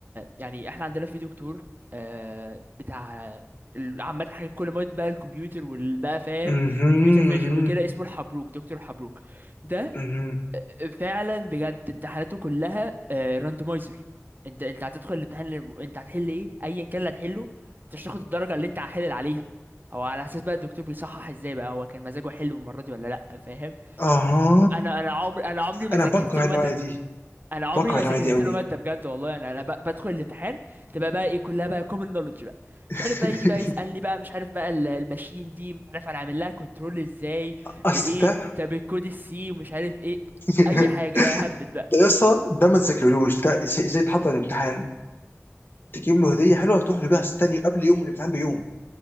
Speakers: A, on the right (about 40°); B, on the left (about 45°).
A: يعني احنا عندنا في دكتور آه بتاع ال- عامة حاجات كل ما بقى الكمبيوتر والبقى فاهم
B: مهم.
A: الكمبيوتر فيجن وكده اسمه الحبروك دكتور الحبروك ده
B: مهم.
A: فعلا بجد امتحاناته كلها راندمايزر انت انت هتدخل الامتحان اللي... انت هتحل ايه ايا كان اللي هتحله انت مش هتاخد الدرجه اللي انت هحلل عليها هو على اساس بقى الدكتور بيصحح ازاي بقى هو كان مزاجه حلو المره دي ولا لا فاهم
B: اها
A: ف- انا انا عمري انا عمري ما
B: انا
A: ذاكرت
B: بكره
A: له
B: النوعيه
A: ماده
B: دي
A: انا عمري
B: بكره
A: ما
B: النوعيه
A: ذاكرت
B: دي قوي
A: له ماده بجد والله يعني انا ب- بدخل الامتحان تبقى بقى ايه كلها بقى كومن نولج بقى
B: <laughs>
A: مش عارف بقى يجي بقى يسالني بقى مش عارف بقى ال- الماشين دي مش عارف انا عامل لها كنترول ازاي
B: اصل
A: بايه
B: ده
A: طب الكود السي مش عارف ايه
B: <laughs>
A: اي حاجه بقى هبت بقى
B: ده يسطا ده ما تذاكرلوش ده ازاي إزاي تحضر الامتحان تجيب له هديه حلوه وتروح له بيها تاني قبل يوم الامتحان بيوم